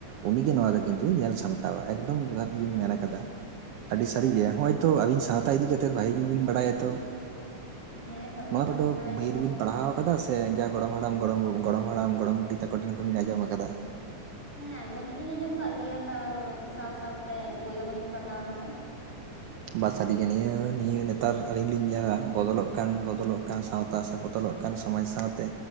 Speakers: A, on the right; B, in the centre.
A: ᱩᱱᱤ ᱜᱮ ᱱᱚᱣᱟ ᱫᱚ ᱠᱤᱱᱛᱩᱭ ᱧᱮᱞ ᱥᱟᱢ ᱴᱟᱣᱟ ᱮᱠᱫᱚᱢ ᱡᱚᱛᱷᱟᱛ ᱵᱤᱱ
B: ᱦᱮᱸ
A: ᱢᱮᱱ
B: ᱦᱮᱸ
A: ᱠᱟᱫᱟ ᱟᱹᱰᱤ ᱥᱟᱹᱨᱤ ᱜᱮ ᱦᱚᱸᱜᱼᱚᱭ ᱛᱚ ᱟᱵᱤᱱ ᱥᱟᱶᱛᱟ ᱤᱫᱤ ᱠᱟᱛᱮᱫ ᱵᱷᱟᱜᱤ ᱜᱮᱵᱤᱱ ᱵᱟᱰᱟᱭᱟ ᱛᱚ
B: ᱦᱮᱸ ᱫᱚ
A: ᱱᱚᱣᱟ ᱠᱚᱫᱚ
B: ᱵᱟᱹᱞᱤᱧ ᱵᱟᱲᱟᱭᱟ
A: ᱵᱟᱹᱭ
B: ᱠᱚᱢ
A: ᱨᱮᱵᱤᱱ ᱯᱟᱲᱦᱟᱣ ᱠᱟᱫᱟ ᱥᱮ ᱡᱟ ᱜᱚᱲᱚᱢ ᱦᱟᱲᱟᱢ ᱜᱚᱲᱚᱢ ᱜᱚᱲᱚᱢ ᱦᱟᱲᱟᱢ ᱜᱚᱲᱚᱢ ᱵᱩᱰᱤ ᱛᱟᱠᱚ ᱴᱷᱮᱱ ᱠᱷᱚᱱ ᱵᱮᱱ ᱟᱸᱡᱚᱢ ᱠᱟᱫᱟ?
B: ᱦᱮᱸ ᱟᱸᱡᱚᱢ ᱫᱚᱞᱤᱧ ᱟᱸᱚᱢ ᱠᱟᱜ ᱜᱮᱭᱟ᱾ ᱛᱟᱣ ᱥᱟᱶ ᱥᱟᱶᱛᱮ ᱵᱚᱭ ᱨᱮᱦᱚᱸ ᱞᱤᱧ ᱯᱟᱲᱦᱟᱣ ᱠᱟᱫᱟ᱾
A: ᱵᱟ ᱥᱟᱹᱨᱤᱜᱮ ᱱᱤᱭᱟᱹ ᱱᱤᱭᱟᱹ ᱱᱮᱛᱟᱨ ᱟᱹᱞᱤᱧ ᱞᱤᱧ ᱧᱮᱞ ᱫᱟ ᱵᱚᱫᱚᱞᱚᱜ ᱠᱟᱱ ᱵᱚᱫᱚᱞᱚᱜ ᱠᱟᱱ ᱥᱟᱶᱛᱟ ᱥᱮ ᱵᱚ ᱫᱚᱞᱚᱜ ᱠᱟᱱ ᱥᱚᱢᱟᱡᱽ ᱥᱟᱶᱛᱮ